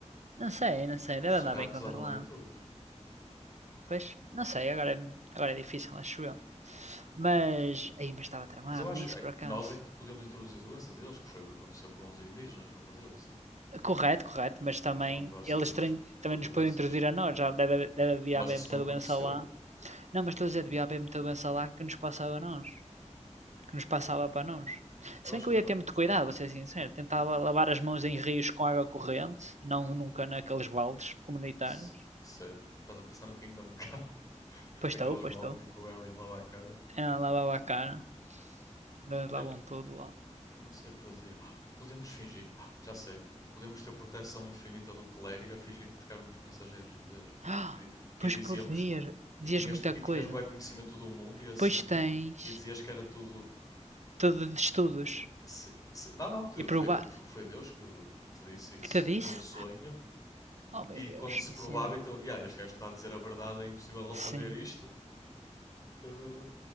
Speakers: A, on the right; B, on the left.
A: Não sei, não sei, deve
B: Esses
A: andar
B: ratos
A: bem controlado.
B: andam em tudo.
A: Pois, não sei, agora, é- agora é difícil, acho eu. Mas, aí, mas estava tramado
B: Mas eu acho
A: nisso,
B: que ai,
A: por acaso.
B: nós é que podemos introduzir doenças a eles, que foi o que aconteceu com os indígenas no Brasil, é assim.
A: Correto, correto,
B: Eles
A: mas
B: morreram
A: também
B: quase
A: eles
B: todos
A: trin- também
B: por doenças.
A: nos podiam introduzir a nós, já deve, deve haver
B: Mas
A: haver
B: isso
A: muita
B: não aconteceu.
A: doença lá. Não, mas estou a dizer, devia haver muita doença lá que nos passava a nós, que nos passava para nós.
B: Eu
A: Se bem
B: acho
A: que
B: que
A: eu ia
B: não.
A: ter muito cuidado, vou ser sincero, tentava lavar as mãos em rios com água corrente, não nunca naqueles vales comunitários.
B: S- Sério. Estás a pensar no Kingdom Come? <laughs>
A: Pois
B: Aqueles
A: estou, pois
B: baldes
A: estou.
B: em que o Henry lava a cara?
A: Ela lavava a cara, eles
B: Eu
A: lavam
B: não,
A: tudo lá.
B: eu não sei o que fazia. Ah, Podemos fingir que... <gasps> ah, Já sei. Podemos ter proteção infinita do clérigo a fingirmos que éramos mensageiros de Deus.
A: Ah,
B: E, di- e
A: Pois
B: dizíamos...
A: podias, dizias
B: E tinhas,
A: muita
B: e tinhas
A: coisa.
B: bué conhecimento do mundo e assim...
A: Pois tens
B: E dizias que era tudo
A: todo de estudos
B: Se, se- não, não, te-
A: e provar.
B: foi, foi Deus que, que te disse isso
A: Que te disse?
B: num sonho.
A: Oh meu
B: E
A: Deus,
B: quando se
A: isso
B: provava,
A: é.
B: então, yeah, este gajo está a dizer a verdade, é impossível ele
A: Sim.
B: saber isto. eh,